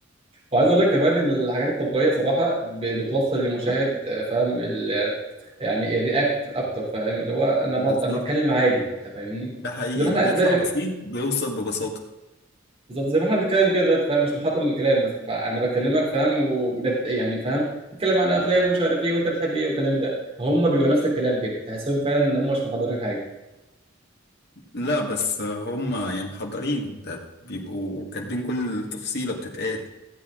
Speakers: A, on the right; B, on the left.
A: وعايز اقول لك كمان ان الحاجات التلقائيه صراحه ب- بتوصل للمشاهد آه، فاهم يعني الرياكت اكتر فاهم اللي هو انا
B: بالظبط
A: بط... انا بتكلم عادي انت فاهمني
B: ده حقيقي
A: زي ما
B: اللي
A: احنا
B: بيطلع
A: زي
B: بسيط بيوصل ببساطة
A: بالظبط زي ما احنا بنتكلم كده دلوقتي فاهم مش محضر للكلام مثلا فانا بكلمك فاهم وبنت... يعني فاهم بنتكلم عن افلام ومش عارف ايه وانت بتحب ايه والكلام ده هم بيبقوا نفس الكلام كده تحسهم فعلا ان هم مش محضرين حاجه
B: لا بس هم يعني محضرين ده بيبقوا كاتبين كل تفصيلة بتتقال